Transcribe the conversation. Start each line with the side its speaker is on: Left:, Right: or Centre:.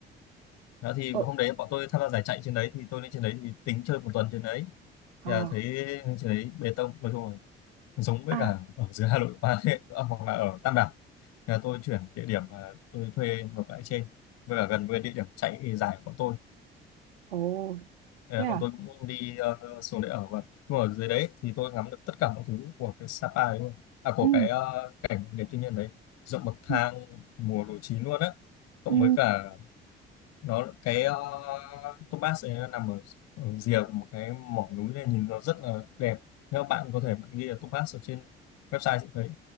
Left: đó thì
Right: Ờ
Left: hôm đấy bọn tôi tham gia giải chạy trên đấy thì tôi lên trên đấy thì tính chơi một tuần trên đấy
Right: à,
Left: thì là thấy lên trên đấy bê tông nói chung là giống với
Right: à
Left: cả ở dưới Hà Nội quá <laughs> Ờ, hoặc là ở Tam Đảo thì là tôi chuyển địa điểm và tôi thuê ngược lại trên với cả gần với địa điểm chạy dài của bọn tôi
Right: Ồ
Left: Ờ,
Right: Thế à
Left: bọn tôi cũng đi ờ, xuống để ở và nhưng mà ở dưới đấy thì tôi ngắm được tất cả mọi thứ của cái Sapa đấy luôn à của
Right: ừ.
Left: cái ờ, cảnh đẹp thiên nhiên đấy ruộng bậc thang
Right: Ừ.
Left: mùa lúa chín luôn á cộng
Right: Ừ.
Left: với cả nó cái ờ, Topaz ấy nó nằm ở, ở rìa của một cái mỏ núi này nhìn nó rất là đẹp nếu bạn có thể bạn ghi là Topaz ở trên website sẽ thấy